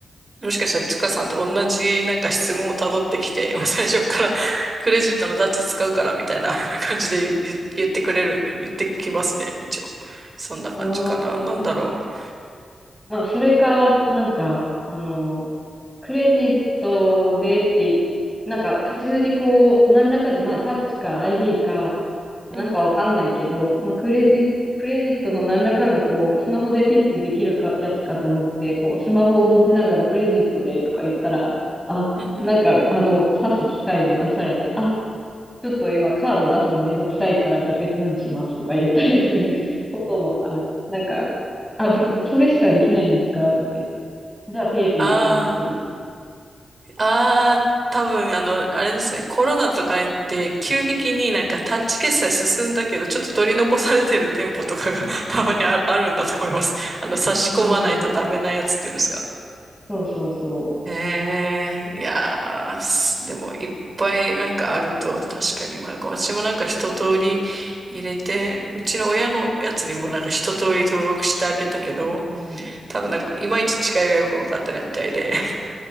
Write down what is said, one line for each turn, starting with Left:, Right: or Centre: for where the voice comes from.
Right: もしかしたらちかさんと同じなんか質問をたどってきて、<laughs> もう最初から <laughs> クレジットのタッチ使うからみたいな <laughs> 感じで言、言ってくれる、言ってきますね、一応。そんな感じかな。
Centre: ああ、
Right: なんだろう。
Centre: まあ、それか、なんか、あの、クレジットでって、なんか、普通にこう、何らかの、まあ、タッチか ID か、なんかわかんないけど、
Right: うんうん。
Centre: まあ、クレジ、クレジットの何らかのこう、スマホでピッてできるか、やつかと思って、こう、スマホを持ちながらクレジットでとか言ったら、あ、
Right: うんうん。
Centre: なんか、あの、指す機械を出されて、あ、ちょっと今カード出すのめんどくさいから、じゃあ別のにしますとか言ったりする <laughs> こともある。なんか、あ、ぶそれしかできないんですかとか言って。じゃあペイペイにしますみたい
Right: ああ、ああ、多分、あの、あれですね、コロナとかで急激になんかタッチ決済進んだけど、ちょっと取り残されてる店舗とかが <laughs> たまにあ、あるんだと思います。あの、差し込まないとダメなやつっていうんですが。
Centre: な。うん。そうそうそ
Right: へえ、いやー、すでもいっぱいなんかあると確かに迷うかも。私もなんか一通り入れて、うちの親のやつにもなんか一通り登録してあげたけど、
Centre: う。うん。
Right: 多分なんかいまいち違いがよくわかってないみたいで。